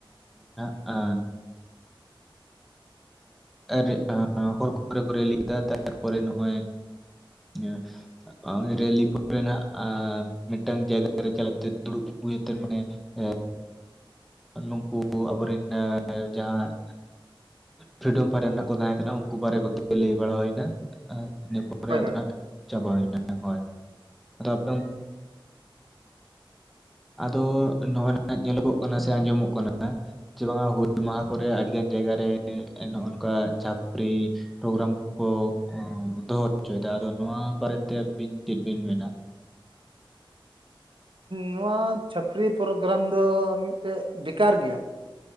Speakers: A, in the centre; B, on the right.
A: ᱱᱟᱜᱼᱟ ᱟᱨ-ᱟ ᱦᱚᱨ ᱠᱚᱨᱮ ᱠᱚ ᱴᱨᱮ ᱞᱤᱠᱮᱫᱟ ᱛᱟᱨᱯᱚᱨᱮ ᱱᱚᱜᱼᱚᱭ ᱱᱤᱭᱟᱹ ᱨᱮᱞᱤ ᱯᱚᱨᱮ ᱱᱟᱜ-ᱟ ᱢᱤᱫᱴᱟᱝ ᱡᱟᱭᱜᱟ ᱨᱮ ᱪᱟᱞᱟᱠᱟᱛᱮ ᱫᱩᱲᱩᱵ ᱦᱩᱭᱩ ᱠᱟᱛᱮᱮ ᱢᱟᱱᱮ ᱮ ᱱᱩᱝᱠᱩ ᱟᱵᱚᱨᱮᱱ ᱡᱟᱦᱟᱸᱭ ᱯᱷᱤᱨᱤᱰᱚᱢ ᱯᱷᱟᱭᱴᱟᱨ ᱱᱟᱦᱟ ᱠᱚ ᱛᱟᱦᱮᱸᱠᱟᱱᱟ ᱩᱱᱠᱩ ᱵᱟᱨᱮ ᱠᱚᱛᱮ ᱞᱟᱹᱭ ᱵᱟᱲᱟ ᱦᱩᱭᱱᱟ ᱤᱱᱟᱹᱯᱚᱨ ᱛᱚᱨᱮ
B: ᱦᱳᱭ
A: ᱟᱫᱚ
B: ᱦᱳᱭ
A: ᱱᱟᱦᱟᱜ ᱪᱟᱵᱟᱭᱱᱟ ᱦᱳᱭ ᱟᱫᱚ ᱟᱯᱮ ᱚᱱᱛᱮ ᱟᱫᱚ ᱱᱚᱜᱼᱚᱭ ᱱᱟ ᱧᱮᱞᱚᱜᱚᱜ ᱠᱟᱱᱟ ᱥᱮ ᱟᱸᱡᱚᱢᱚᱜ ᱠᱟᱱᱟ ᱪᱮ ᱵᱟᱝ ᱦᱩᱞ ᱢᱟᱦᱟ ᱠᱚᱨᱮ ᱟᱹᱰᱤ ᱜᱟᱱ ᱡᱟᱭᱜᱟᱟᱨ ᱨᱮ ᱱᱚᱜ ᱱᱚᱝᱠᱟ ᱪᱟᱹᱯᱨᱤ ᱯᱨᱳᱜᱨᱟᱢ ᱠᱚ ᱫᱚᱦᱚ ᱦᱚᱪᱚᱭᱫᱟ ᱟᱫᱚ ᱱᱚᱣᱟ ᱵᱟᱨᱮᱛᱮ ᱟᱹᱵᱤᱱ ᱪᱮᱫ ᱵᱤᱱ ᱢᱮᱱᱟ?
B: ᱱᱚᱣᱟ ᱪᱷᱟᱹᱯᱨᱤ ᱯᱨᱳᱜᱨᱟᱢ ᱫᱚ ᱢᱤᱫᱴᱮᱡ ᱵᱮᱠᱟᱨ ᱜᱮᱭᱟ᱾